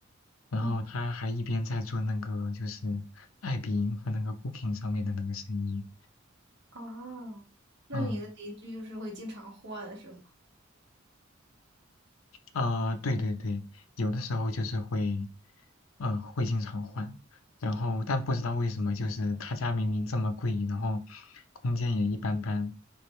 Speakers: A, on the left; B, on the right.
A: 然后他还一边在做那个就是爱彼迎和那个
B: 嗯
A: Booking 上面的那个生意，
B: 哦，那你的邻居就是会经常换是吗？
A: 嗯。啊、对对对，有的时候就是会，呃，会经常换，然后但不知道为什么，就是他家明明这么贵，然后空间也一般般，